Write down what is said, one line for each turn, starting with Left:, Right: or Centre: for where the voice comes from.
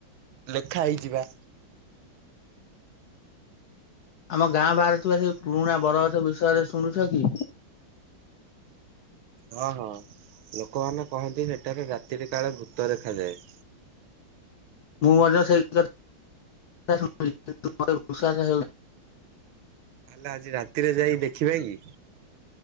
Right: ଲେଖା ହେଇଯିବା।
Left: ଆମ ଗାଁ ବାହାରେ ଥିବା ସେଇ ପୁରୁଣା ବରଗଛ ବିଷୟରେ ଶୁଣୁଛ କି।
Right: ହଁ ହଁ ଲୋକମାନେ କହନ୍ତି ସେଠାରେ ରାତିରେ କାଳେ ଭୂତ ଦେଖାଯାଏ।
Left: ମୁଁ ମଧ୍ୟ ସେଇ <unintelligible> ବିଶ୍ଵାସ ହେଉନି।
Right: ହେଲେ ଆଜି ରାତିରେ ଯାଇ ଦେଖିବା କି?